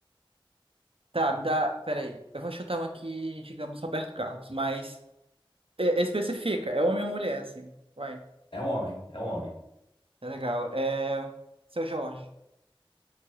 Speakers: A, on the right; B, on the left.
A: Tá, me dá. Peraí. Eu vou chutar um aqui, digamos, Roberto Carlos, mas é, especifica. É homem ou mulher, assim. Vai.
B: É um homem, é um homem.
A: Tá legal. É... Seu Jorge.